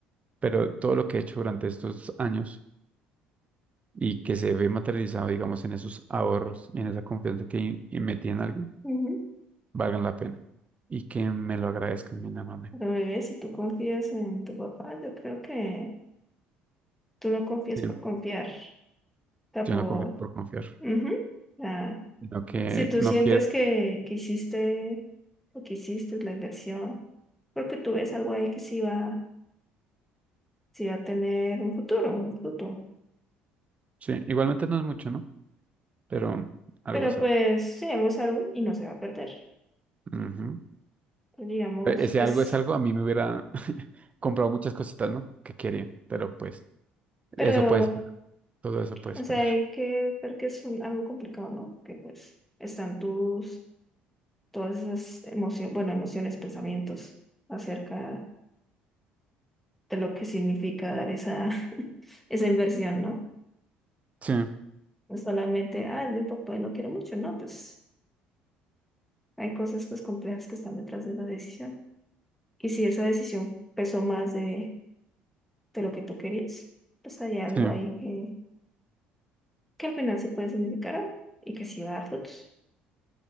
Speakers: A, on the right (about 30°); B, in the centre.
A: pero todo lo que he hecho durante estos años y que se ve materializado, digamos, en esos ahorros y en esa confianza que in- metí en alguien
B: ujú.
A: valgan la pena y que me lo agradezcan mínimamente.
B: Pero bebé, si tú confías en tu papá, yo creo que tú no confías
A: Sí,
B: por confiar. O sea,
A: Yo
B: por...
A: no confío por confiar,
B: ujú. Ah,
A: sino que
B: si tú
A: no
B: sientes
A: quiero.
B: que, que hiciste lo que hiciste, la inversión, porque tú ves algo ahí que sí va, sí va a tener un futuro, un fruto.
A: Sí, igualmente no es mucho, ¿no? Pero algo
B: Pero
A: es
B: pues
A: algo.
B: sí, algo es algo y no se va a perder.
A: Ujú.
B: Pues, digamos,
A: E- Ese
B: es...
A: algo es algo, a mí me hubiera <laughs> comprado muchas cositas, ¿no? Que quería, pero pues eso
B: Pero,
A: puede ser, todo eso puede
B: o
A: esperar.
B: sea, hay que ver que es un- algo complicado, ¿no? Que pues están tus todas esas emociones, bueno, emociones, pensamientos acerca de lo que significa dar esa, <laughs> esa inversión, ¿no?
A: Sí,
B: No solamente, ah, mi papá lo quiere mucho, no, pues hay cosas pues complejas que están detrás de la decisión. Y si esa decisión pesó más de, de lo que tú querías, pues hay algo
A: sí,
B: ahí que, que al final sí puede significar algo y que sí va a dar frutos.